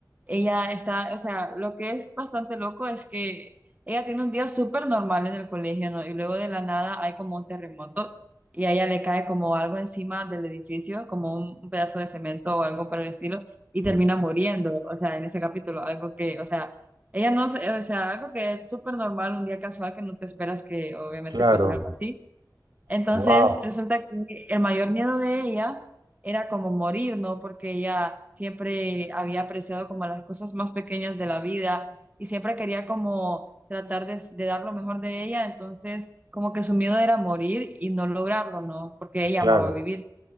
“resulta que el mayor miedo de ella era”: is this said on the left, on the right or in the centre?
Right